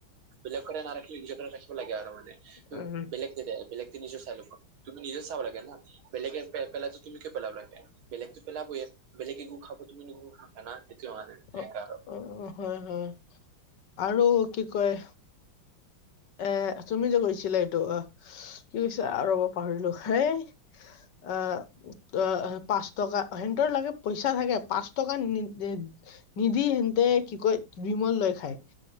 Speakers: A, on the right (about 80°); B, on the left (about 65°).
A: বেলেগকে নাৰাখিলে নিজকে ৰাখিব লাগে আৰু মানে। <inaudible>
B: উম
A: বেলেগে নিজে চাই লিব তুমি নিজৰ চাব লাগে না বেলেগে পেলায় তো। তুমি কিয় পেলাব লাগে? <inaudible>
B: অ অ হয় হয়। আৰু কি কয়? এ তুমি যে কৈছিলা এইটো অ কি কৈছা ৰ'বা পাহৰিলোঁ সেই অঁ। অ পাঁচ টকা সিহঁতৰ লাগে পইচা থাকে পাঁচ টকা নিদি নিদিয়ে সিহঁতে কি কয় বিমল লৈ খায়।